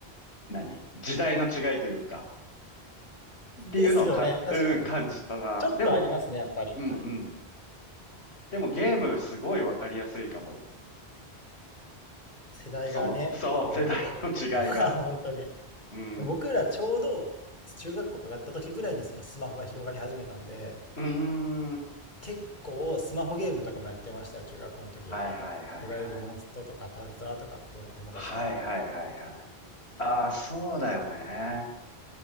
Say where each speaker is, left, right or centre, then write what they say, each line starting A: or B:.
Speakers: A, on the left; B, on the left.
A: 何時代の違いというか、っていうのはか、
B: ですよね確かに
A: うん、感じたな。
B: ちょっとありますねやっぱりはい
A: でも、うんうん。でもゲームすごいわかりやすいかも。
B: 世代がね、
A: その、そう、
B: こう、
A: 世代の違いが。
B: <laughs> まあ本当に。
A: うん。
B: で僕らちょうど中学校上がった時ぐらいにそのスマホが広がり始めたんで、
A: うーん。
B: 結構スマホゲームとかもやってましたよ、中学校の時。
A: はいはいはいはい。
B: いわゆるモンストとかパズドラとかっていうのは友達と。
A: はいはいはいはい。ああ、そうだよね。